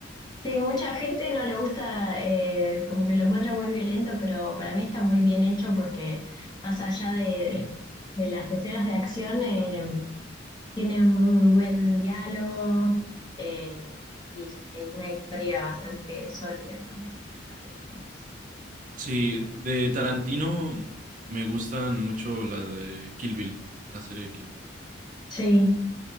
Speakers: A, on the left (about 25°); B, on the right (about 45°).
A: sí, mucha gente no le gusta, eh, como que lo encuentra muy violento, pero para mí está muy bien hecho porque más allá de, de las escenas de acción, eh, tiene un muy buen diálogo eh, y, y una historia bastante sólida también, las películas.
B: Sí, de Tarantino me gustan mucho la de Kill Bill, la serie de Kill Bill.
A: Sí,